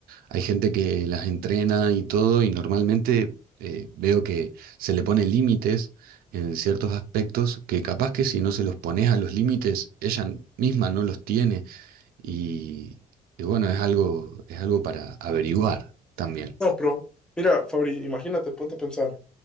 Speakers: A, on the right (about 90°); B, in the centre.
A: hay gente que las entrena y todo, y normalmente eh, veo que se le pone límites en ciertos aspectos que capaz que si no se los pones a los límites, ella misma no los tiene. Y, y bueno, es algo, es algo para averiguar también.
B: No, pero mira, Fabri, imagínate, ponte a pensar.